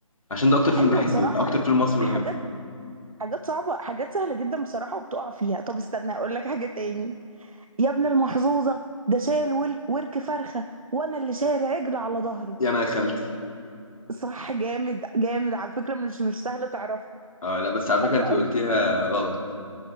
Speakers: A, on the left (about 75°); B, on the right (about 80°).
A: عشان ده اكتر فيلم
B: ايوه
A: بحبه
B: بصراحه
A: اكتر فيلم مصري
B: حاجات
A: بحبه
B: حاجات صعبه حاجات سهله جدا بصراحه وبتقع فيها طب استنى اقول لك حاجه تاني يا ابن المحظوظه ده شال ول- ورك فرخه وانا اللي شايل عجل على ظهري
A: يا انا يا خالتي
B: صح جامد جامد على فكره مش مش سهله تعرفها
A: اه لا بس على
B: حلو
A: فكره انت
B: قوي
A: قلتيها غلط